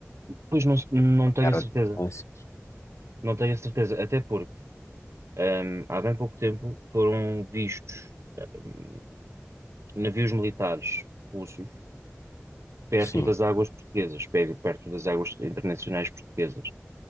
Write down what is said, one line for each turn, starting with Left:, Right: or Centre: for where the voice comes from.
Right: Pois não, não
Left: A
Right: tenho
Left: Guerra
Right: a certeza.
Left: de Donbass?
Right: Não tenho a certeza. Até porque, ahm, há bem pouco tempo foram vistos, ahm, navios militares russos perto
Left: Sim.
Right: das águas portuguesas, pe- perto das águas internacionais portuguesas.